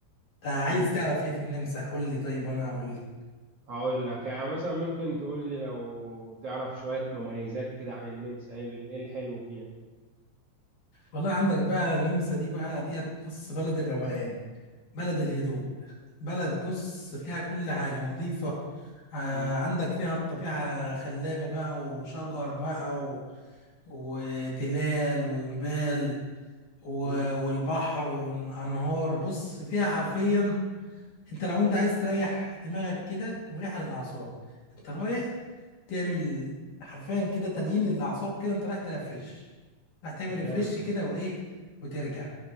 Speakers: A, on the left (about 50°); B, on the right (about 55°).
A: انت عايز
B: مم،
A: تعرف ايه في النمسا قول لي طيب وانا هقول لي
B: هقول لك يعني مثلا ممكن تقول لي لو تعرف شوية مميزات كده عن النمسا ايه ال- إيه الحلو فيها
A: والله عندك بقى النمسا دي بقى ديت بص بلد الروقان بلد الهدوء بلد بص فيها كل حاجة نظيفة آه
B: مم،
A: عندك فيها الطبيعة خلابة بقى وشجر بقى و... وتلال وجبال و...
B: مم،
A: والبحر والأنهار بص فيها حرفيا انت لو انت عايز تريح دماغك كده مريحة للأعصاب انت رايح تعمل حرفيا كده تليين للاعصاب كده انت رايح ترفرش رايح تعمل
B: جامد
A: ريفرش كده وايه وترجع